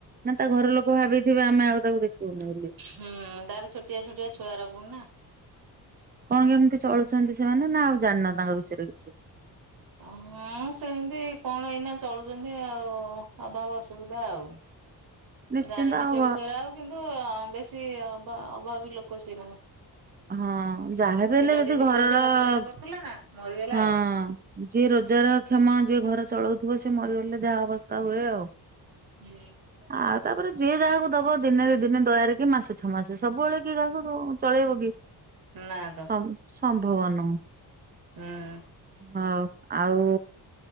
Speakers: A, on the right; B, on the right.
A: ନା ତା ଘର ଲୋକ ଭାବି ଥିବେ ଆମେ ଆଉ ତାକୁ ଦେଖିବୁନି ବୋଲି।
B: ହୁଁ ତାର ଛୋଟିଆ ଛୋଟିଆ ଛୁଆଗୁରା ପୁଣି ନା।
A: କଣ କେମିତି ଚଳୁଚନ୍ତି ସେମାନେ ନା ଆଉ ଜାଣିନ ତାଙ୍କ ବିଷୟରେ କିଛି?
B: ହଁ ସେମିତି କଣ ଏଇନା ଚଳୁଚନ୍ତି ଆଉ ଅଭାବ ଅସୁବିଧା ଆଉ।
A: ନିଶ୍ଚିନ୍ତ
B: ଜାଣିନି
A: ଆଉ
B: ସେ ବିଷୟରେ ଆଉ କିନ୍ତୁ ବେଶୀ ଅଭା ଅଭାବୀ ଲୋକ ସେଇ ମାନେ
A: ହଁ ଯାହାବି
B: ପିଲାଟି
A: ହେଲେ ଯଦି
B: ଦି
A: ଘରର
B: ପଇସା ରୋଜଗାର କରୁଥିଲା ନା। ମରିଗଲା
A: ହଁ
B: ଆଉ।
A: ଯିଏ ରୋଜଗାର କ୍ଷମ ଯିଏ ଘର ଚଳଉଥିବ ସିଏ ମରିଗଲେ ଯାହା ଅବସ୍ଥା ହୁଏ ଆଉ।
B: ହୁଁ।
A: ଆଉ ତାପରେ ଯିଏ ଯାହାକୁ ଦବ ଦିନେ ଦି ଦିନେ ଦୟାରେ କି ମାସେ ଛଅ ମାସେ ସବୁବେଳେ କିଏ କାହାକୁ ଦବ। ଚଳେଇବ କି
B: ନା ତ
A: ସମ୍ ସମ୍ଭବ ନୁହଁ।
B: ହୁଁ
A: ଓହୋ ଆଉ